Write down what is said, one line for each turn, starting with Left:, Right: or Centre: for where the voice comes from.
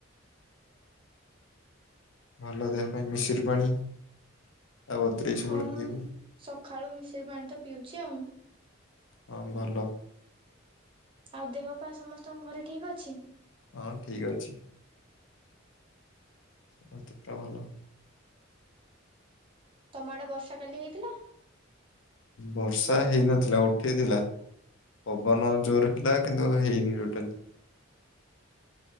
Left: ଭଲ ଦେହ ପାଇଁ ମିଶରି ପାଣି ତା ବତୁରେଇ ସବୁବେଳେ
Right: ହଁ
Left: ପିଇବୁ।
Right: ସକାଳୁ ମିଶିରି ପାଣି ତ ପିଉଛି ଆଉ।
Left: ହଁ ଭଲ
Right: ଆଉ ଦେହପାଆ ସମସ୍ତ ତମ ଘରେ ଠିକ୍ ଅଛି।
Left: ହଁ ଠିକ ଅଛି। ସମସ୍ତେ ପୁରା ଭଲ।
Right: ତମ ଆଡ଼େ ବର୍ଷା କାଲି ହେଇଥିଲା?
Left: ବର୍ଷା ହେଇନଥିଲା ଉଠେଇଥିଲା ପବନ ଜୋରେ ଥିଲା କିନ୍ତୁ ହେଇନି ଟୋଟାଲି।